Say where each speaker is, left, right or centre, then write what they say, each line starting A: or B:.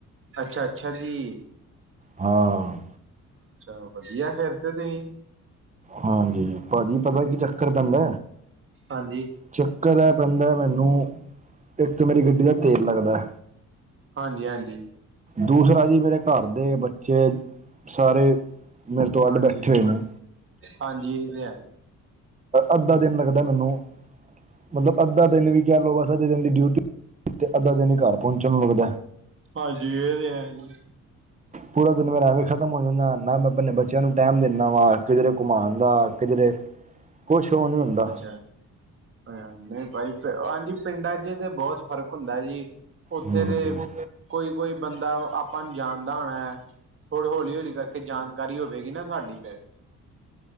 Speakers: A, on the right; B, on the right.
A: ਅੱਛਾ-ਅੱਛਾ ਜੀ।
B: ਹਾਂ।
A: ਚਲੋ ਵਧੀਆ, ਫਿਰ ਤੇ ਤੁਸੀਂ
B: ਹਾਂਜੀ, ਭਾਜੀ ਪਤਾ ਕੀ ਚੱਕਰ ਪੈਂਦਾ
A: ਹਾਂਜੀ।
B: ਚੱਕਰ ਆਏ ਪੈਂਦਾ ਮੈਨੂੰ, ਇੱਕ ਮੇਰੀ ਗੱਡੀ ਦਾ ਤੇਲ ਲੱਗਦਾ
A: ਹਾਂਜੀ-ਹਾਂਜੀ।
B: ਦੂਸਰਾ ਜੀ ਮੇਰੇ ਘਰਦੇ ਬੱਚੇ ਸਾਰੇ ਮੇਰੇ ਤੋਂ ਅੱਡ
A: ਹਾਂਜੀ-ਹਾਂਜੀ
B: ਬੈਠੇ ਹੋਏ ਨੇ
A: ਉਰੇ ਐ।
B: ਅੱਧਾ ਦਿਨ ਲੱਗਦਾ ਮੈਨੂੰ ਮਤਲਬ ਅੱਧਾ ਦਿਨ ਵੀ ਕਹਿ ਲਓ। ਅੱਧੇ ਦਿਨ ਬੱਸ ਦੀ ਡਿਊਟੀ ਤੇ ਅੱਧਾ ਦਿਨ ਹੀ ਘਰ ਪਹੁੰਚਣ ਨੂੰ ਲੱਗਦਾ।
A: ਹਾਂਜੀ, ਇਹ ਤੇ ਹੈ ਜੀ।
B: ਪੂਰਾ ਦਿਨ ਮੇਰਾ ਅਵੇਂ ਖਤਮ ਹੋ ਜਾਂਦਾ, ਨਾ ਮੈਂ ਆਪਣੇ ਬੱਚਿਆਂ ਨੂੰ ਟਾਈਮ ਦੀਨਾ ਵਾ ਕਿਧਰੇ ਘੁੰਮਾਉਣ ਦਾ, ਕਿਧਰੇ ਕੁਛ ਉਹ ਨਹੀਂ ਹੁੰਦਾ
A: ਅੱਛਾ। ਅ ਨਹੀਂ ਬਾਈ, ਹਾਂਜੀ ਪਿੰਡਾਂ 'ਚ' ਤੇ ਬਹੁਤ ਫ਼ਰਕ ਹੁੰਦਾ, ਜੀ। ਉੱਥੇ
B: ਹਮ
A: ਤੇ ਕੋਈ-ਕੋਈ ਬੰਦਾ ਆਪਾਂ ਨੂੰ ਜਾਣਦਾ ਹੋਣਾ। ਹੌਲੀ-ਹੌਲੀ, ਹੌਲੀ ਕਰਕੇ ਜਾਣਕਾਰੀ ਹੋਵੇਗੀ ਨਾ ਸਾਡੀ ਫਿਰ।